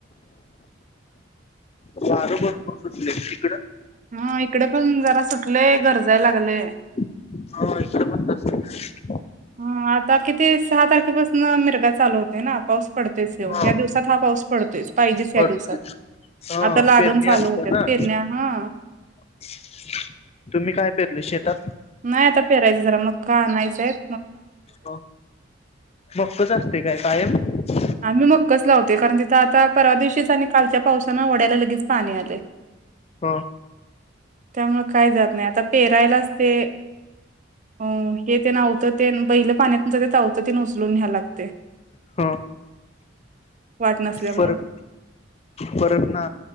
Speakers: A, on the left; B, on the right.
A: वार भरपूर सुटलय तिकडं-
B: हा. इकडे पण जरा सुटलेय गर- जाय लागले.
A: <unintelligible>
B: हम आता किती? सहा तारखेपासून मिरगा चालू होतोय ना? पाऊस- पडत्योच हो ह्या
A: ह
B: दिवसात हा पाऊस- पडतोय. पाहिजेच या
A: थोडं
B: दिवसात.
A: हा
B: आता लागण
A: पेरणी
B: चालू
A: असते
B: होत्यात
A: ना
B: पेरण्या हा.
A: <unintelligible> तुम्ही काय पेरलं शेतात?
B: नाही आता पेरायचं जरा मग का आणायचंय आहेत.
A: हो बघतच असते काय? सा <unintelligible>
B: आम्ही मग कस लावतो. दि आता परदवशीच. कालच्या पावसान वड्याला लगेच पाणी आले.
A: ह
B: त्यामुळे काय जात नाही, आता पेरायलाच ते अ हे ते नावतं ते बहिलं पाण्यातून जवत. उचलून घ्याला लागते.
A: ह
B: वाट नसल्यामुळं
A: परत परत ना